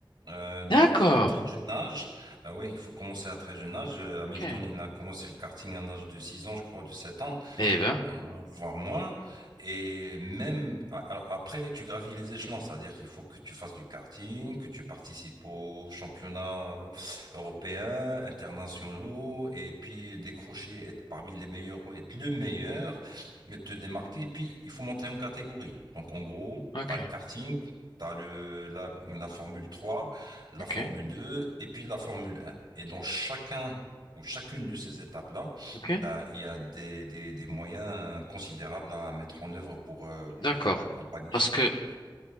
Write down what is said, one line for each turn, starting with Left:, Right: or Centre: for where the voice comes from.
Right: Euh, donc,
Left: ouais. D'accord.
Right: à très jeune âge, bah oui, il faut commencer à très jeune âge. Euh, Hamilton,
Left: Ok.
Right: il a commencé le karting à l'âge de 6 ans, je crois, de 7 ans
Left: Eh ben.
Right: euh, voire moins. Et même, a- alors après, tu gravis les échelons, c'est-à-dire qu'il faut que tu fasses du karting, que tu participes aux championnats euh, européens, internationaux, et puis décrocher, être parmi les meilleurs ou être le meilleur, mais te démarquer. Et puis, il faut monter en catégorie. Donc, en gros,
Left: Ok.
Right: tu as le karting. T'as le, la, la Formule trois la
Left: Ok.
Right: Formule deux et puis la Formule un Et dans chacun ou chacune de ces étapes-là,
Left: Ok.
Right: bah, il y a des, des, des moyens considérables à mettre en œuvre pour, euh, pour,
Left: D'accord.
Right: pour accompagner
Left: Parce
Right: ce...
Left: que